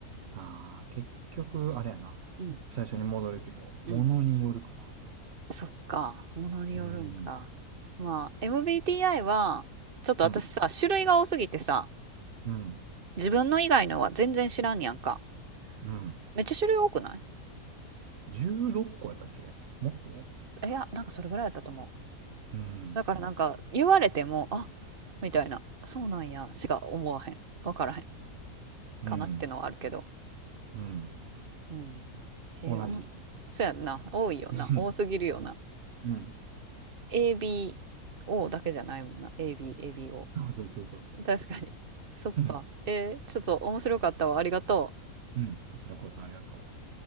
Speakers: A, on the right; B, on the right.
A: あ、ああ、結局、あれやな。
B: うん、
A: 最初に戻るけど、ものによるかな。
B: うん、そっか、ものによるんか。
A: うん、
B: まあ、MBTI は、ちょっと私さ、
A: うん、
B: 種類が多すぎてさ、
A: うん、
B: 自分の以外のは全然知らんやんか。
A: うん。
B: めっちゃ種類多くない
A: 16個やったっけもっと
B: いや、なんかそれぐらいやったと思う。
A: うん、
B: だからなんか、言われても、あ、みたいな、そうなんや、しか思わへん。わからへん。
A: うん、
B: かなってのはあるけど。
A: うん。
B: うん。えー、
A: 同じ。
B: おもそうやんな。多いよな。
A: <laughs> うん、
B: 多すぎるよな。
A: うん。うん
B: ABO だけじゃないもんな。AB、ABO。
A: あ、そうそうそうそう。
B: 確かに。そっか。
A: うん、
B: えーちょっと面白かったわ。ありがとう。
A: うん。こちらこそありがとう。